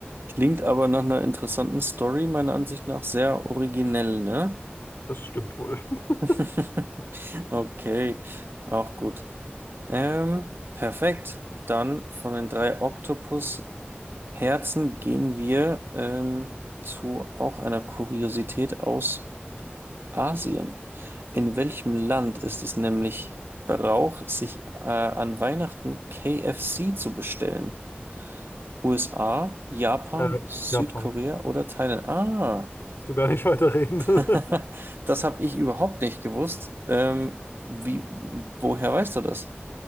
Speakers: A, on the right (about 65°); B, on the left (about 70°).
A: Klingt aber nach einer interessanten Story, meiner Ansicht nach sehr originell, ne?
B: Das stimmt wohl. <laughs>
A: <laughs> Okay, auch gut. Ähm, perfekt. Dann von den drei Oktopus. Herzen gehen wir ähm, zu auch einer Kuriosität aus Asien. In welchem Land ist es nämlich Brauch, sich äh, an Weihnachten KFC zu bestellen? USA, Japan,
B: Äh,
A: Südkorea
B: Japan.
A: oder Thailand? Ah,
B: Musst du gar nicht weiterreden.
A: <laughs>
B: <laughs>
A: das habe ich überhaupt nicht gewusst. Ähm, wie, woher weißt du das?